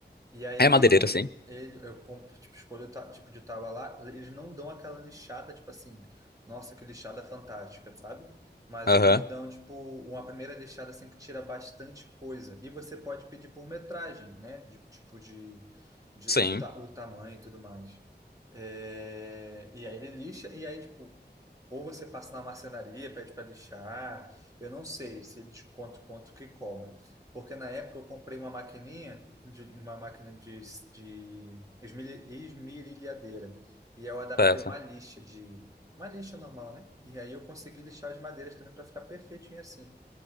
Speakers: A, on the right; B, on the left.
A: E aí,
B: É madeireira, sim.
A: ele, eu compro, tipo, escolho o ta- tipo de tábua lá, eles não dão aquela lixada, tipo assim, nossa, que lixada fantástica, sabe? Mas
B: Aham.
A: eles dão, tipo, uma primeira lixada, assim, que tira bastante coisa. E você pode pedir por metragem, né? De, tipo, de, de
B: Sim,
A: o, ta, o tamanho e tudo mais. É, e aí ele lixa, e aí, tipo, ou você passa na marcenaria, pede para lixar, eu não sei se eles quanto, quanto que cobra. Porque na época eu comprei uma maquininha, de, uma máquina de, de esmeri- esmerilhadeira, e eu adaptei
B: certo.
A: uma lixa de uma lixa normal, né? E aí eu consegui lixar as madeiras também para ficar perfeitinho assim.